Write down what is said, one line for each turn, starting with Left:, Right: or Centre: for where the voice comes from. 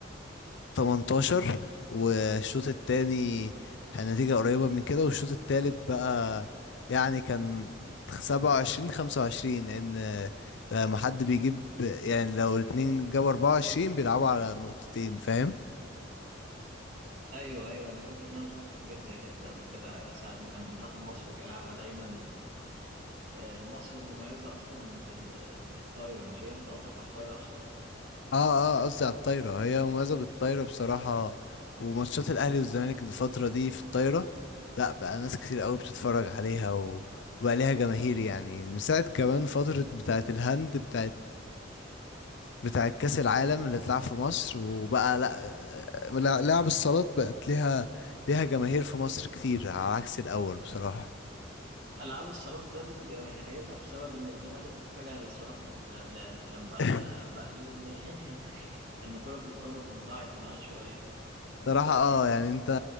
Left: 18 والشوط التاني كان نتيجة قريبة من كده والشوط التالت بقى يعني كان 27 25 لأن لما حد بيجيب يعني لو الاتنين جابوا 24 بيلعبوا على نقطتين فاهم؟
Right: ايوه ايوه انا فاكر ان انا شفت حاجات زي كده قبل كده ساعات ما كان منتخب مصر بيلعبها دايما آه، مصر مميزه اصلا ب- بالطايره مش هي انت قصدك على الطايره اصلا
Left: اه اه قصدي على الطايرة هي مميزة بالطايرة بصراحة وماتشات الأهلي والزمالك الفترة دي في الطايرة لأ بقى ناس كتير قوي بتتفرج عليها و... وبقى ليها جماهير يعني من ساعة كمان فترة بتاعة الهند بتاعة بتاع كأس العالم اللي اتلعب في مصر وبقى لا لعب الصالات بقت ليها ليها جماهير في مصر كتير على عكس الأول بصراحة
Right: العاب الصالات زادت جماهيريتها بسبب ان الزمالك اتجه للصالات بال- ل- لما
Left: <laughs>
Right: بقى ليه ان <laughs> ان كره القدم ضاعت معاه شويه
Left: صراحة اه يعني انت